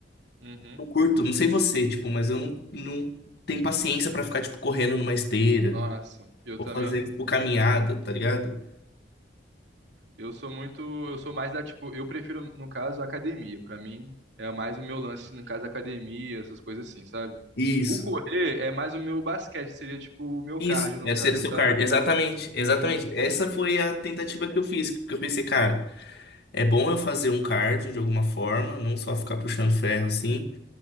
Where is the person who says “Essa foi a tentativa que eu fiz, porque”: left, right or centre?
Left